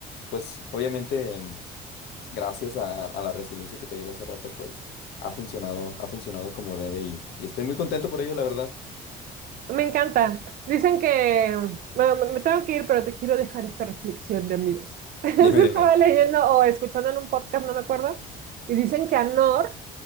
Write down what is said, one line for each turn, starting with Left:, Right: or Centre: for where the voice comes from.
Left: pues obviamente em, gracias a, a la resiliencia que te digo hace rato pues ha funcionado, ha funcionado como debe y, y estoy muy contento por ello la verdad.
Right: Me encanta. Dicen que, bueno, me me tengo que ir, pero te quiero dejar esta reflexión de amigos. <laughs> Es
Left: Dime,
Right: que
Left: dime.
Right: estaba leyendo o escuchando en un podcast, no me acuerdo, y dicen que Anor,